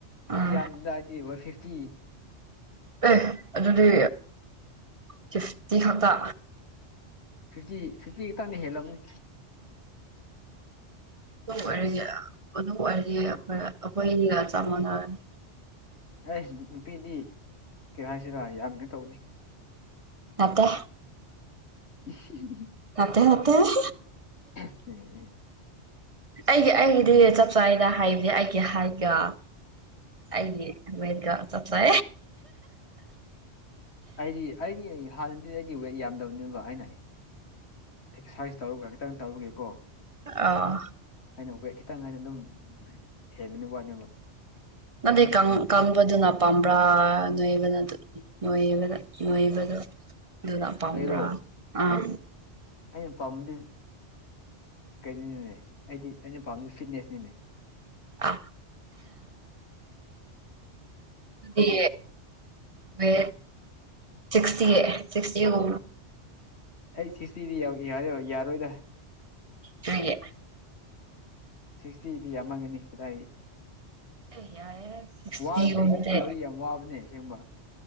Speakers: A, on the right; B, on the left.
A: ꯎꯝ
B: ꯑꯩ ꯌꯥꯝꯗꯗꯤ ꯍꯣꯏ ꯐꯤꯐꯇꯤ
A: ꯑꯦ ꯑꯗꯨꯗꯤ ꯐꯤꯐꯇꯤ ꯈꯛꯇ
B: ꯐꯤꯐꯇꯤ ꯐꯤꯐꯇꯤ ꯈꯛꯇꯪꯗ ꯍꯦꯜꯂꯝꯕꯅꯤ
A: ꯑꯗꯨ ꯑꯣꯏꯔꯌꯦ ꯑꯗꯨ ꯑꯣꯏꯔꯗꯤ ꯑꯩꯈꯣꯏ ꯑꯩꯈꯣꯏ ꯑꯅꯤꯒ ꯆꯞ ꯃꯥꯟꯅꯔꯅꯤ
B: ꯑꯦ ꯅꯨꯄꯤꯗꯤ ꯀꯩ ꯍꯥꯏꯁꯤꯔꯥ ꯌꯥꯝꯅ ꯇꯧꯗꯦ
A: ꯅꯠꯇꯦ
B: <inaudible>
A: ꯊꯀꯦ ꯇꯀꯦ
B: ꯎꯝ <inaudible>
A: ꯑꯩꯒꯤ ꯑꯩꯒꯤꯗꯤ ꯆꯞ ꯆꯥꯅ ꯍꯥꯏꯕꯁ ꯑꯩꯒꯤ ꯍꯥꯏꯒꯦ
B: ꯎꯝ
A: ꯑꯌꯦ ꯑꯃꯔꯤꯀꯥ ꯆꯠꯁꯦ
B: ꯑꯩꯗꯤ ꯑꯩꯗꯤ ꯍꯥꯟꯅꯗꯤ ꯑꯩꯗꯤ ꯋꯦꯠ ꯌꯥꯝꯗꯕꯅꯦꯕ ꯑꯩꯅ ꯑꯦꯛꯁꯔꯁꯥꯏꯁ ꯇꯧꯔꯒ ꯈꯤꯇꯪ ꯇꯧꯔꯒꯦꯀꯣ
A: ꯑ
B: ꯑꯩꯅ ꯋꯦꯠ ꯈꯤꯇꯪ ꯑꯩꯅ ꯑꯗꯨꯝ ꯍꯦꯟꯕꯅꯤ ꯋꯥꯅꯦꯕ
A: ꯑꯗꯦ ꯀ ꯀꯪꯝꯕ ꯑꯗꯨꯅ ꯄꯝꯕ꯭ꯔꯥ ꯅꯣꯏꯕꯅ ꯅꯣꯏꯕꯗ ꯅꯣꯏꯕꯗꯣ ꯑꯗꯨꯅ ꯄꯥꯝꯕ꯭ꯔꯥ
B: ꯑꯩꯔꯣ
A: ꯑꯥ
B: ꯑꯩꯅ ꯄꯥꯝꯕꯗꯤ ꯀꯩꯅꯤꯅꯦ ꯑꯩꯗꯤ ꯑꯩꯅ ꯄꯥꯝꯃꯤ ꯐꯤꯠꯅꯦꯁꯅꯤꯅꯦ
A: ꯑ ꯑꯗꯨꯗꯤ ꯃꯦ ꯁꯤꯁꯇꯤ ꯁꯤꯁꯇꯤ ꯀ
B: ꯑꯩ ꯁꯤꯇꯗꯤ ꯌꯥ ꯌꯥꯔꯣꯏꯗ
A: ꯁꯤꯒꯦ
B: ꯁꯤꯛꯁꯇꯤꯗꯤ ꯌꯥꯝꯃꯒꯅꯤ ꯀꯗꯥꯏ
A: ꯑꯦ ꯌꯥꯏꯌꯦ ꯁꯤꯛꯁꯇꯤꯒꯨꯝꯕꯗꯤ
B: ꯋꯥꯕꯅꯦ ꯁꯤꯛꯁꯇꯤ ꯌꯥꯎꯔꯤ ꯌꯥꯝ ꯋꯥꯕꯅꯦ ꯑꯁꯦꯡꯕ